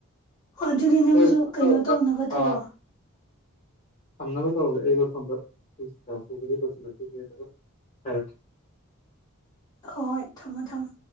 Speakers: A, on the left (about 20°); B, on the left (about 35°).
A: ꯑꯗꯨꯗꯤ ꯅꯪꯁꯨ
B: ꯍꯣꯏ
A: ꯀꯩꯅꯣ
B: ꯇꯧꯔꯒ
A: ꯇꯧꯅꯕ ꯇꯧꯔꯣ
B: ꯑꯥ ꯊꯝꯅꯕ ꯇꯧꯔꯒꯦ ꯑꯩꯗꯣ ꯁꯣꯝꯗ <unintelligible> ꯂꯣꯏꯁꯤꯜꯂꯒ ꯍꯥꯏꯔꯛꯀꯦ
A: ꯍꯣꯏ ꯊꯝꯃꯣ ꯊꯝꯃꯣ